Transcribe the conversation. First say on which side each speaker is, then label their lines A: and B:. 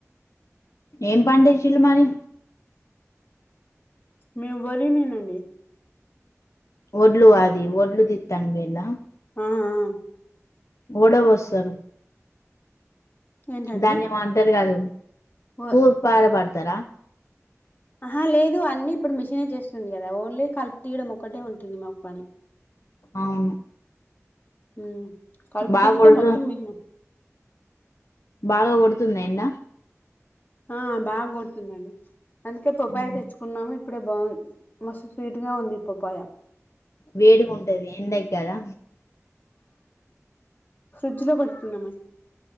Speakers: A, on the left; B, on the left.
A: ఏం పండించులు మరి
B: మేము వరి నేనండి
A: ఒడ్లు అ ఒడ్లుది తిత్తనికి పోయిందా
B: ఆ ఆ
A: ఓడ వోస్తారు
B: ఏంటండి
A: దాన్ని ఏమో అంటారు కాదు
B: ఓ
A: తూర్ పార బడతారా
B: ఆహా లేదు అన్ని ఇప్పుడు మిషనే చేస్తుంది కదా ఓన్లీ కల్పు తీయడం ఒక్కటే ఉంటుంది మాకు పని
A: అవును
B: ఉ కలుపు
A: బాగా
B: తీస్తే
A: కొడుతు
B: మొత్తం మిషను
A: బాగా కొడుతుంద ఎండ
B: ఆ బాగా కొడుతుందండి అందుకే పప్పాయ
A: ఉమ్.
B: తెచ్చుకున్నాము ఇప్పుడే బాగు మస్తు స్వీట్ గా ఉంది పప్పయ
A: వేడి ఉంటది ఎండకు కదా
B: ఫ్రిడ్జ్ లో పెట్టుకున్నామ